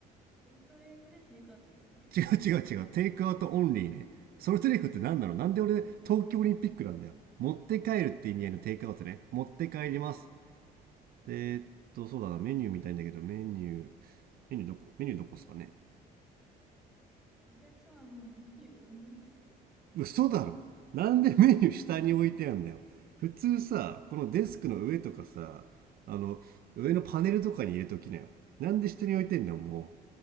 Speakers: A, in the centre; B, on the right.
A: ソルトレイクでテイクアウトですね。
B: 違う違う違うテイクアウトオンリーねソルトレイクって何なのなんで俺東京オリンピックなんだよ持って帰るって意味合いのテイクアウトね持って帰りますでえっとそうだなメニュー見たいんだけどメニューメニューどこメニューどこっすかね
A: お客さん、あの、メニュー踏んでますよ。
B: 嘘だろなんでメニュー下に置いてあんだよ普通さこのデスクの上とかさあの上のパネルとかに入れときなよなんで下に置いてんだよも